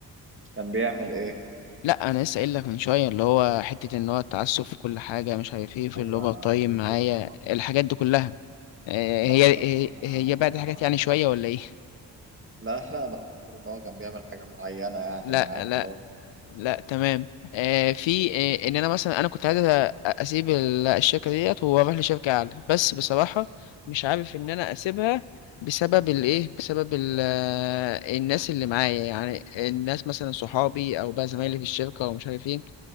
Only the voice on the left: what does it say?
لا انا لسه قايل لك من شويه اللي هو حته ان هو التعسف في كل حاجه مش عارف ايه في
الاوفر تايم
معايا
الحاجات دي كلها آه هي
هي
هي
بعد
حاجات
يعني شويه ولا ايه
لا
لا
لا تمام آه في آه ان انا مثلا انا كنت عايز أ- اسيب ال- الشركه ديت واروح لشركه اعلى بس بصراحه مش عارف ان انا اسيبها بسبب الايه بسبب ال آه، الناس اللي معايا يعني الناس مثلا صحابي او بقى زمايلي في الشركه ومش عارف ايه